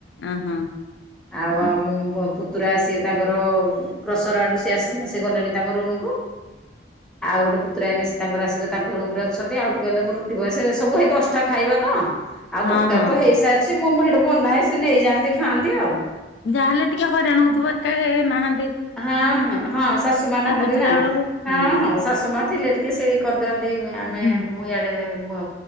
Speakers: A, on the left; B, in the centre.
A: ଅ ହଁ
B: ଆଉ
A: ହଁ
B: ଆମ ପୁତୁରା ସିଏ ତାଙ୍କର ଗ୍ରସର ଆଡ଼ୁ ସେ ଆସିକିନା ସେ ଗଲେଣି ତାଙ୍କ ରୁମ୍ କୁ ଆଉ ଗୋଟେ ପୁ ପୁତୁରା ଏଇନେ ସେ ତାଙ୍କର ଆସିବେ ତାଙ୍କ ରୁମ୍ ରେ ଅଛନ୍ତି ଆଉ ଟିକେ ହେଲେ ମୁଁ ରୁଟି କରିସାରିଲେ ସେ ସବୁ ହେଇ ଦଶଟା ଖାଇବା ତ। ଆଉ
A: ହଁ
B: ତରକାରୀ
A: ହଁ
B: ତ ହେଇସାରିଛି ମୁଁ ବା ହେଇଟି ବନାଏ ସେ ନେଇଯାଆନ୍ତି ଖାଆନ୍ତି ଆଉ।
A: ଯାହାହେଲେ ଟିକେ ହଇରାଣ ହଉଥିବ ଏକା ଏ ନାହା
B: ହଁ-ହଁ-ହଁ ଶାଶୁ ମାଆ ନାହାନ୍ତି
A: ବୁଝିଲା
B: ନା,
A: ବେଳକୁ
B: ହଁ-ହଁ
A: ହୁଁ
B: ଶାଶୁମାଆ ଥିଲେ ଟିକେ ସେ କରିଦିଅନ୍ତି। <inaudible> ଆମେ
A: ହୁଁ
B: ମୁଁ ଇଆଡେ ବି